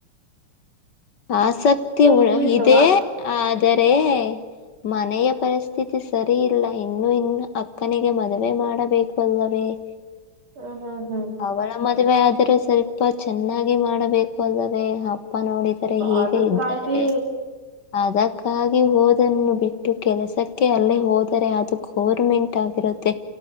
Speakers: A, on the left; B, on the right.
A: ಆಸಕ್ತಿ ಉ
B: ಇದು ಇಲ್ವಾ
A: ಇದದೆ ಆದರೆ ಮನೆಯ ಪರಿಸ್ಥಿತಿ ಸರಿ ಇಲ್ಲ ಇನ್ನುೂ ಇನ್ನು ಅಕ್ಕನಿಗೆ ಮದುವೆ ಮಾಡಬೇಕು ಅಲ್ಲವೇ <unintelligible>
B: ಹ್ಮ ಹ್ಮ್ ಹ್ಮ್
A: ಅವಳ ಆದರೂ ಸ್ವಲ್ಪ ಚೆನ್ನಾಗಿ ಮಾಡಬೇಕು ಅಲ್ಲವೇ ಅಪ್ಪ ನೋಡಿದ ತರ ಹೀಗೆ
B: ಅದಕ್ಕಾಗಿ
A: ಇದ್ದಾರೆ ಅದಕ್ಕಾಗಿ ಹಓದನ್ನು ಬಿಟ್ಟು ಕೆಲಸಕ್ಕೆ ಅಲ್ಲೇ ಹೋದರೆ ಅದು ಗೋರ್ಮೆಂಟ್ ಆಗಿರುತ್ತೆ